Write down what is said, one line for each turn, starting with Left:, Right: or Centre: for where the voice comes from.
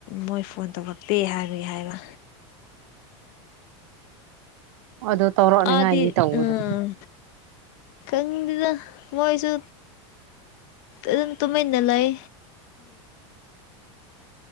Left: ꯃꯣꯏ ꯐꯣꯟ ꯇꯧꯔꯛꯇꯦ ꯍꯥꯏꯕꯒꯤ ꯍꯥꯏꯕ꯫
Right: ꯑꯗꯣ ꯇꯧꯔꯛꯅꯤꯉꯥꯏꯗꯤ
Left: ꯑꯥꯗꯤ
Right: ꯇꯧꯑꯣꯗꯅ꯫
Left: ꯎꯝ ꯈꯪꯗꯦꯗ ꯃꯣꯏꯁꯨ ꯑꯗꯨꯝ ꯇꯨꯃꯤꯟꯅ ꯂꯩ